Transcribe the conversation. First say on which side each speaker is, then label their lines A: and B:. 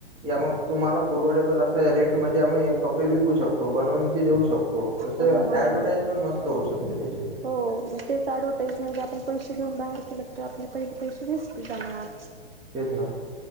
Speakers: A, on the right; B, on the right.
A: या मग तुम्हाला पोवर्डेबल अस रेटमध्येध्येम कपडे विकू शकतो बनवून बी देऊ शकतो. तस
B: हो
A: ऍडव्हर्टाईज
B: ना हो ना
A: पण मस्त होऊ शकते त्याची.
B: हो मग तेच अऍडवर्टाईज म्हणजे आपण पैसे देऊन बाहेर केलं तरी आपले पहिले पैसे वेस्ट जाणार.
A: तेच ना.